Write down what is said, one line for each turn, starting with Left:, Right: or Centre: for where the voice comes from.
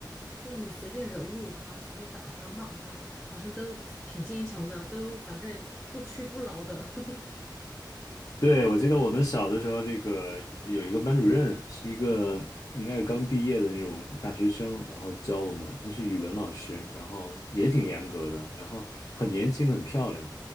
Centre: 就是你随便蹂躏他，随便打他、骂他，好像都挺坚强的，都反正不屈不挠的。<laughs>
Left: 对，
Centre: 现在
Left: 我记得我们小的时候，这个有一个班主任，是一个应该是刚毕业的那种大学生，然后教我们，他是语文老师，然后也挺严格的，然后很年轻，很漂亮，